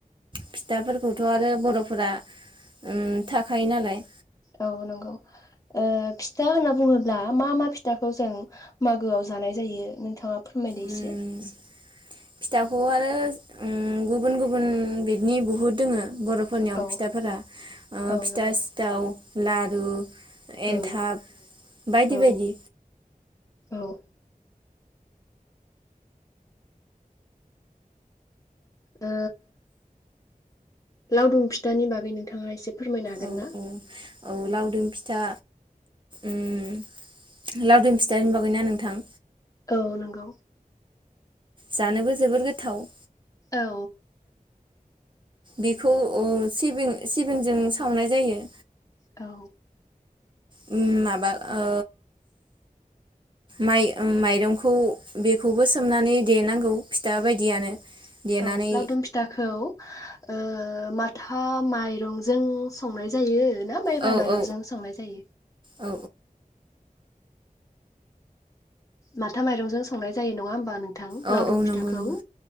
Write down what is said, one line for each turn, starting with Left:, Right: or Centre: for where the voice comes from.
Right: फिथाफोरखौथ' आरो बर'फोरा ओम थाखायो नालाय।
Left: औ नंगौ ओ फिथा होनना बुङोब्ला मा मा फिथाखौ जों मागोआव जानाय जायो नोंथाङा फोरमायदो
Right: उम
Left: इसे।
Right: फिथाखौ आरो ओम गुबुन गुबुन बिदनि बहुद दोङो। बर'फोरनियाव
Left: औ
Right: फिथाफोरा ओ
Left: औ
Right: फिथा
Left: नंगौ
Right: सिथाव लारु।
Left: औ
Right: एनथाब बायदि
Left: औ
Right: बायदि।
Left: औ ओ लावदुम फिथानि बागै नोंथाङा एसे फोरमायनो हागोन
Right: औ
Left: ना?
Right: औ औ लावदुम फिथा ओम लावदुम फिथानिबागैना नोंथां?
Left: औ नंगौ।
Right: जानोबो जोबोर गोथाव।
Left: औ।
Right: बेखौ ओ सिबिं सिबिंजों सावनाय जायो।
Left: औ।
Right: उ माबा ओ। माइ। माइरंखौ बेखौबो सोमनानै देनांगौ फिथा बायदियानो। देनानै
Left: औ लावदुम फिथाखौ ओ माथा माइरंजों संनाय जायो ना माइब्रा
Right: औ
Left: माइरंजों
Right: औ
Left: संनाय जायो?
Right: औ
Left: माथा माइरंजों संनाय जायो नङा होनबा नों नोंथां
Right: औ
Left: लावदों
Right: औ
Left: फिथाखौ?
Right: नंगौ नंगौ